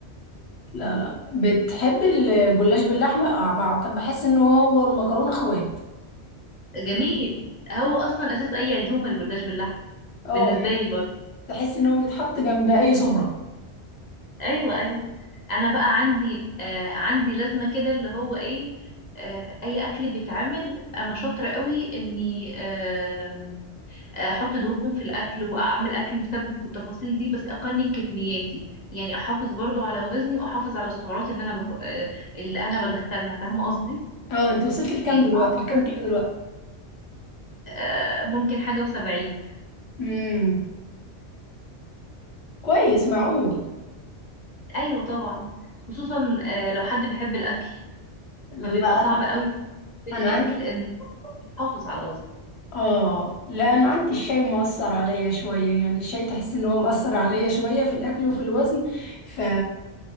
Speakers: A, on the left; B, on the left.
A: لا لا بتحب الجلاش باللحمة آه، بعت- بحس ان هو المكرونة اخوات
B: <laughs> جميل هو اصلا اساس اي عزومه الجلاش باللحمه
A: اه
B: بالنسبه
A: يعني
B: لي برضه
A: تحس ان هو بيتحط جنب اي سفرة
B: ايوه ايوه انا بقى عندي آه عندي لازمه كده اللي هو ايه آه اي اكل بيتعمل انا شاطره قوي اني آه آه، احط دهون في الاكل واعمل اكل مسبك والتفاصيل دي بس اقنن كمياتي يعني احافظ برضو على وزني واحافظ على السعرات اللي انا بك... آه اللي انا بدخلها فاهمه قصدي
A: اه انت وصلت لكام
B: يعني
A: دلوقتي
B: اعتقد
A: لكام كيلو دلوقتي
B: آه ممكن حاجه وسبعين
A: امم كويس معقول
B: ايوه طبعا خصوصا آه لو حد بيحب الاكل
A: لا
B: فبيبقى صعب
A: انا
B: قوي بالأكل
A: انا عندي
B: إن يحافظ على وزنه
A: اه لا انا عندي الشاي مؤثر عليا شوية يعني الشاي تحس ان هو مؤثر عليا شوية في الاكل وفي الوزن ف